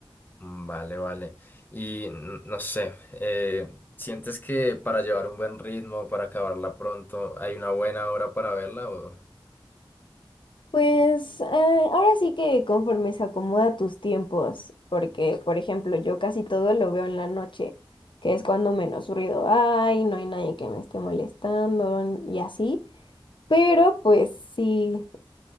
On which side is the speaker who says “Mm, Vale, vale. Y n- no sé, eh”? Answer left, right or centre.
Left